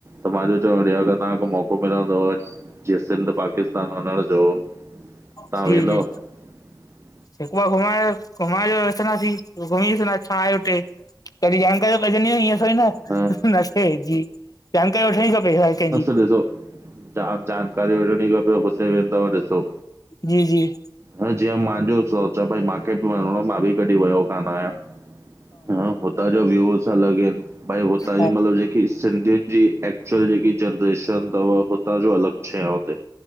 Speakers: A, on the right; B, on the left.
A: त मां जो चवण इहो आहे अगर <unintelligible> जीअं सिंध पाकिस्तान वञण जो तव्हां
B: जी, जी
A: <inaudible>
B: हिकु ॿार घुमनआयो घुम आयो जो अचंदासी घुमी डिसंदा छा आहे हुते। तॾहिं जानकारी त पजनि न इअं थोदे न
A: हां,
B: नस्ते जी। जानकारी वठणी खपे हर कंहिंजी।
A: डिठो जाम जानकारी वठणी खपेव हुते, वेंदव ॾिसो
B: जी, जी।
A: ह जीअं मांजो सोच आ पै मार्केट मा हलणो, मां बि कॾहिं वयो कान आयां। हा हुता जा व्यूस अलॻहिन, भई हुता
B: हा
A: हि मतलब जेके सिंधियुन जी एक्चुअल जेकी जनरेशन थव, हुता जो अलॻ छें हुते